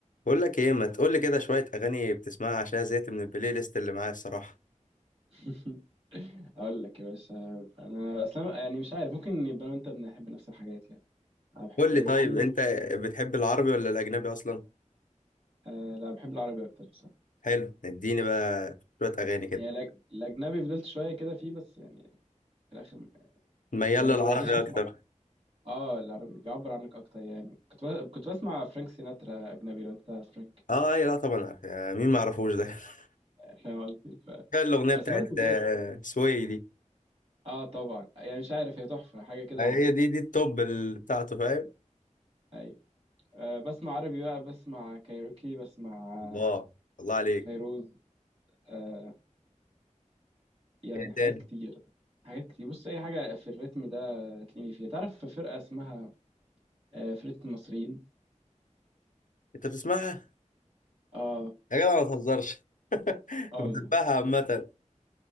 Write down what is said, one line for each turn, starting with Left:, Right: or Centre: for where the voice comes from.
Left: بقول لك ايه ما تقول لي كده شويه اغاني بتسمعها عشان زهقت من البلاي ليست اللي معايا الصراحه
Right: <laughs> اقول لك يا باشا انا اصلا يعني مش عارف ممكن يبقى انا وانت بنحب نفس الحاجات يعني انا بحب
Left: قول
Right: كايروكي
Left: لي طيب انت
Right: بحب...
Left: بتحب العربي ولا الاجنبي اصلا
Right: آه لا بحب العربي اكتر بصراحه
Left: حلو اديني بقى شويه اغاني كده
Right: يعني الأج- الاجنبي فضلت شويه كده فيه بس يعني في الاخر
Left: ميال
Right: يعني
Left: للعربي
Right: ما بقدرش اسمع
Left: اكتر
Right: اه العربي بيعبر عنك اكتر يعني كنت ب... كنت بسمع فرانك سيناترا اجنبي لو انت تعرف فرانك
Left: اه اي لا طبعا عارف آه، مين ما يعرفوش ده <laughs>
Right: يعني فاهم قصدي ف...
Left: كان الاغنيه
Right: بس
Left: بتاعت
Right: برضه
Left: آه،
Right: ليه؟
Left: سوي دي
Right: اه طبعا يعني مش عارف هي تحفه حاجه كده
Left: آه،
Right: م-
Left: هي دي دي التوب ال- بتاعته فاهم
Right: ايوه آه بسمع عربي بقى بسمع كايروكي بسمع آه،
Left: الله الله عليك
Right: فيروز آه يعني
Left: ايه
Right: حاجات
Left: تاني
Right: كتير حاجات كتير بص اي حاجه في الريتم ده تلاقيني فيها تعرف في فرقه اسمها آه، فرقه المصريين
Left: انت بتسمعها
Right: اه
Left: يا جدع ما تهزرش <laughs>
Right: <laughs> اه
Left: بحبها
Right: والله
Left: عامه